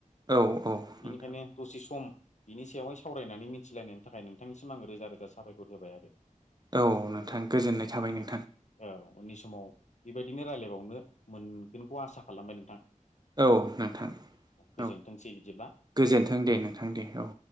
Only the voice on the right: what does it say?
औ औ नोंथां
औ नोंथां गोजोननाय थाबाय नों
औ नोंथां
औ
गोजोन्थों दे नोंथां दे औ।